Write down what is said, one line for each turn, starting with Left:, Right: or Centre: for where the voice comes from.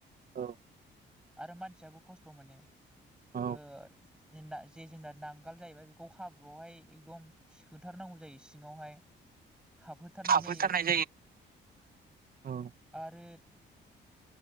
Right: औ ।
Centre: आरो मानसियाबो खस्थ मोनो
Right: औ
Centre: ओ जोंदा जे जों दा नां गोला जाहैबाय बेखौ हाब्रुआवहाय एकदम सोथारनांगौ जायो सिङावहाय हाबहोथारनाय
Right: थाब
Centre: जायो
Right: होथारनाय औ
Centre: आरो